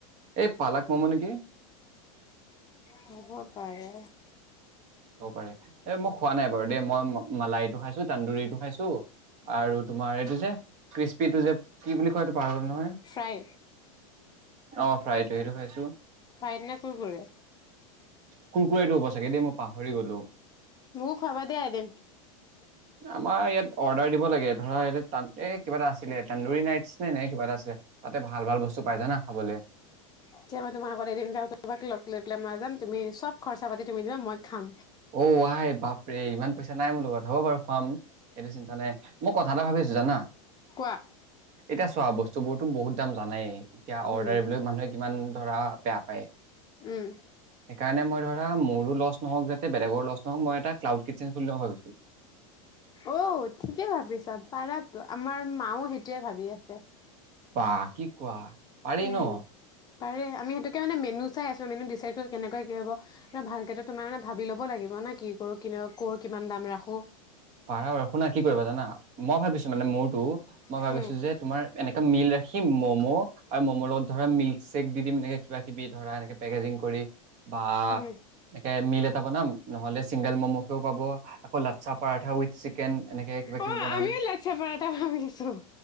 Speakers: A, on the right (about 40°); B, on the left (about 20°).
A: এই পালাক মম নেকি
B: হব পাৰে
A: হ'ব পাৰে এই মোক খোৱা নাই বাৰু দেই মই। মালাহটো খাইছো তান্দুৰীটো খাইছো আৰু তোমাৰ এইটো যে কিস্পিটো যে কি বুলি কোৱাটো পাহৰি গলো নহয়
B: ফ্ৰাই
A: অ ফ্ৰাইটো সেইটো খাইছোঁ।
B: ফ্ৰাই নে কুৰকুৰে
A: কুৰকুৰাইটো হব চাগে দেই মই পাহৰি গ'লো
B: মোক খোৱাবা দেই এদিন
A: আমাৰ ইয়াত অৰ্ডাৰ দিব লাগে ধৰা এই কিবা এটা আছিলে তানদুৰি ৰাইচ নাইট নে নাই কিবা এটা আছিলে তাতে ভাল ভাল বস্তু পাই জানা খাবলৈ
B: এতিয়া মই তোমাক আগ এদিন যাক তোমাক লগ লৈ পেলাই মই যাম তুমি চব খৰচা পাতি তুমি দিবা মই খাম।
A: অ ৱায় বাপ ৰে ইমান পইচা নাই মোৰ লগত হ'ব বাৰু- খুৱাম সেইটো চিন্তা নাই মই কথা এটা ভাবি আছো জানা।
B: কোৱা
A: এতিয়া চোৱা বস্তু বোৰতো বহুত দাম জানেই- এতিয়া
B: উম
A: অৰ্ডাৰিবলৈ মানুহে কিমান ধৰা বেয়া পায়।
B: উম
A: সেইকাৰণে মই ধৰা মোৰো লছ নহওক যে বেলেগৰ লছ নওক মই এটা ক্লাউড কিটচেন খুলিলোঁও ভাবিছো।
B: অ ঠিকে ভাবিছা পাৰাতো আমাৰ মাও সেইটোৱে ভাবি আছে।
A: বাহ কি কোৱা? পাৰি
B: উম
A: ন?
B: পাৰে আমি সেইেতোকে মানে মেনু চাই আছো মেনু ডিচাইড কৰো কেনেকুৱ কি হ'ব ভালকে তোমাৰ মানে ভাবি ল'ব লাগিব ন কি কৰো ক কিমান দাম ৰাখো।
A: পাৰা বাৰু শুনা কি কৰিবা জানা মই ভাবিছো মানে মোৰতো
B: উম,
A: মই ভাবিছো যে তোমাৰ এনেকা মিল ৰাখি ম'ম' আৰু ম'ম' লগত ধৰা মিল্ক চ্বেক দি দিম এনেকে কিবা কিবি ধৰা এনেকে পেকেজিং কৰি বা
B: উম,
A: একে মিল এটা বনাম। নহ'লে চিংগেল ম'ম'কেও পাব আকৌ লাতচাপ পাৰঠা উই চিকেন এনেকে কিবা কিবি
B: অ',
A: বনাম
B: আমিও লাচ্ছা পৰাঠা ভাবিছো।